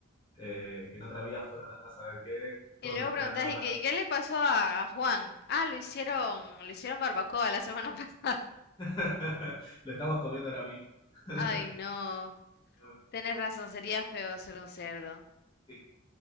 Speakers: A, on the left; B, on the left.
A: eh, que en otra vida fueron andás a ver qué,
B: Y
A: todos
B: luego
A: esperando
B: preguntas, ¿y
A: cuándo
B: qué, y qué le pasó a Juan? Ah, lo hicieron, lo hicieron barbacoa la semana <laughs> pasada.
A: <laughs> Lo estamos comiendo ahora mismo. <laughs>
B: Ay, no.
A: No,
B: Tienes razón, sería
A: no,
B: feo ser un cerdo.
A: sí.